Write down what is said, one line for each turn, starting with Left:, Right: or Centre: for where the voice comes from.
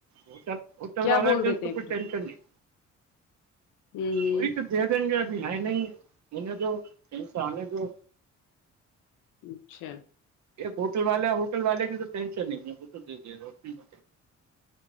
Right: ہوٹل ہوٹل
Left: کیا
Right: والا
Left: بول
Right: کے
Left: دیتے
Right: تو
Left: ہیں
Right: کوئی
Left: پھر
Right: ٹینشن
Left: وہ
Right: نہیں
Left: ہوں ہوں
Right: وہی تو دے دیں گے ابھی ہے نہیں ہونے دو کہیں سے آنے دو
Left: اچھا
Right: ایک ہوٹل والا ہوٹل والے کی تو ٹینشن نہیں ہے وہ تو دے دے رہا